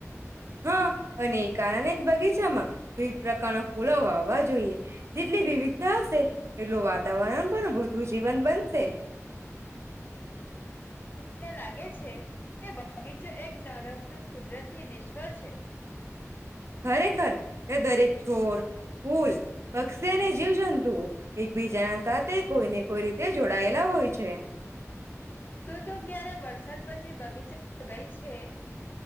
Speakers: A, on the right; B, on the left.
A: હા અને એ કારણે બગીચામાં વિવિધ પ્રકારના ફૂલો વાવવા જોઈએ જેટલી વિવિધતા હશે એટલું વાતાવરણ પણ વધુ જીવન બનશે.
B: મને લાગે છે કે બગીચો એક નાણકતું કુદરતી વિશ્વ તો છે. <unintelligible>
A: ખરેખર તે દરેક છોડ ફૂલ પક્ષી અને જીવજંતુઓ એકબીજાના સાથે કોઈને કોઈ રીતે જોડાયેલા હોય છે
B: સુધો ક્યારે વરસાદ પછી જે બગીચામાં ગઈ છે.